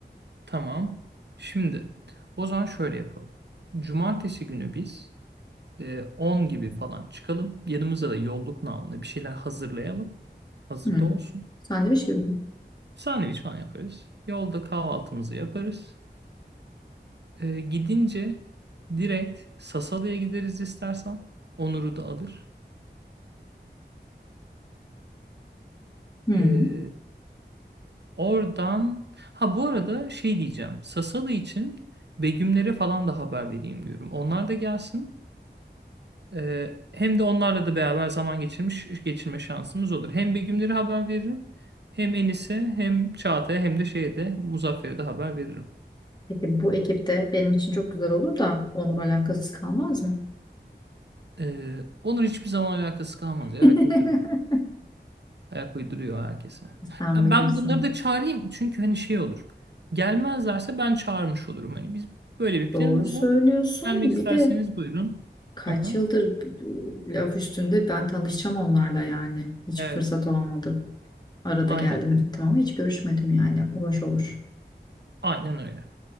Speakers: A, on the right (about 70°); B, on the left (about 25°).
A: Tamam. Şimdi o zaman şöyle yapalım. Cumartesi günü biz e, 10 gibi falan çıkalım. Yanımıza da yolluk namına bir şeyler hazırlayalım. Hazırda
B: Hmm.
A: olsun.
B: Sandviç gibi mi?
A: Sandviç falan yaparız. Yolda kahvaltımızı yaparız. E, gidince direkt Sasalı'ya gideriz istersen. Onur'u da alır.
B: Hmm.
A: E, Oradan ha bu arada şey diyeceğim. Sasalı için Begümlere falan da haber vereyim diyorum. Onlar da gelsin. Ee, hem de onlarla da beraber zaman geçirmiş geçirme şansımız olur. Hem Begümlere haber veririm. Hem Enis'e hem Çağatay'a hem de şeye de Muzaffer'e de haber veririm.
B: Peki bu ekipte benim için çok güzel olur da Onur alakasız kalmaz mı?
A: Ee, onun hiçbir zaman alakası kalmaz ya.
B: <laughs>
A: Kültür. Ayak uyduruyor herkese.
B: Sen
A: Ya
B: bilirsin.
A: Ben bunları da çağırayım çünkü hani şey olur. Gelmezlerse ben çağırmış olurum. Hani biz böyle bir
B: Doğru
A: planımız
B: söylüyorsun.
A: var. Gelmek isterseniz
B: Bir de
A: buyurun.
B: kaç
A: Aha,
B: yıldır e, laf üstünde ben tanışacağım onlarla yani. Hiç
A: evet,
B: fırsat olmadı. Arada
A: aynen.
B: geldim gittim ama hiç görüşmedim yani. Hoş olur.
A: Aynen öyle.